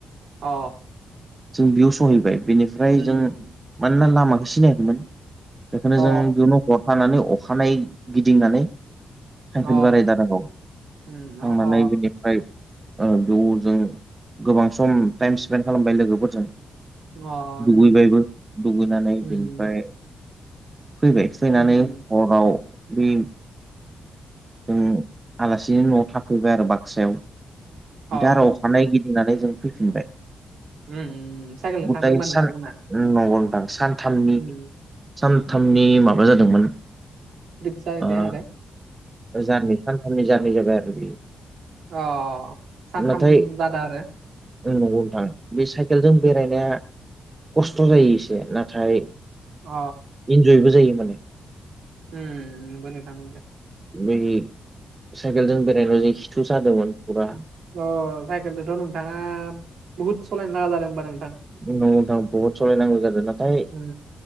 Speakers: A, on the right; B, on the right.
A: अ
B: जों बेयाव सहैबाय बेनिफ्राय
A: उम
B: जों मानोना लामाखौ सिनायखैमोन बेखायनो
A: अ
B: जों बेयावनो हरथानानै अखानायै गिदिंनानै थांफिन
A: अ
B: बा दारागाव
A: उम अ
B: थांनानै
A: अ
B: बिनिफ्राय ओ बेयाव जों गोबां सम टाइम स्पेन्ड खालामबाय लोगोफोरजों
A: अ
B: दुगैबायबो
A: उम
B: दुगैनानै
A: उम
B: बिनिफ्राय फैबाय फैनानै
A: उम उम
B: हराव बे जों आलासिनि न'आव थाफैबाय आरो बाक्सायाव
A: अ
B: दा आरो अखानायै गिदिंनानै जों फैफिनबाय
A: उम साइकेलजों
B: गथाय
A: थांदों होनबा
B: सान
A: नोंथांमोना
B: नंगौ दां सानथामनि
A: उम
B: सानथामनि माबा जादोंमोन
A: ट्रिप फिसा बिदि
B: ओ
A: आरोे
B: जारनि थारनिफोर जाबाय आरो बेयो
A: अ सानथाम
B: नाथाय
A: जादों आरो
B: नंगौ नोंथां बे साइकेलजों बेरायनाया खस्थ' जायो एसे नाथाय
A: अ
B: इन्जयबो जायो माने
A: उम नोंगो नोंथां नोंगो
B: बै साइकेलजों बेरायनो' जि खिथु जादोंमोन फुरा
A: अ साइकेलजोंथ' नोंथाङा बुहुद सालायनो नाङा जादों होमबा नों
B: औ नंगौ नोंथां बहुद सालायनांगौ जादों नाथाय
A: उम